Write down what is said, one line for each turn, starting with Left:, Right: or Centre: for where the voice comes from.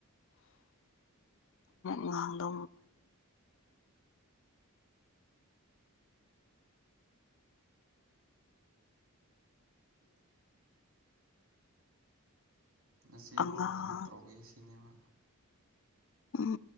Left: ꯉꯥꯡꯗ
Right: <inaudible> ꯎ ꯉꯆꯦꯕꯨ
Left: ꯑꯉꯥꯡ
Right: ꯍꯥꯟꯅ ꯇꯧꯒꯦ ꯁꯤꯅꯦꯕ
Left: ꯎꯝ